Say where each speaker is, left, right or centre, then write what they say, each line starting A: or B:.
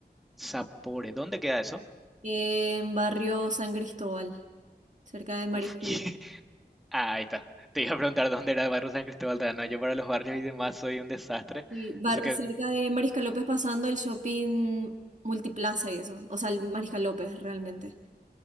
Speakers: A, in the centre; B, on the right (about 45°).
A: Sapore, ¿dónde queda eso?
B: En barrio San Cristóbal, cerca de Mariscal.
A: Uf, <laughs> Ah, ahí está. Te iba a preguntar dónde era el barrio San Cristóbal de No, yo para los barrios y demás soy un desastre.
B: Sí, bar-
A: Eso que
B: cerca de Mariscal López pasando el shopping multiplaza y eso. O sea, el Mariscal López realmente.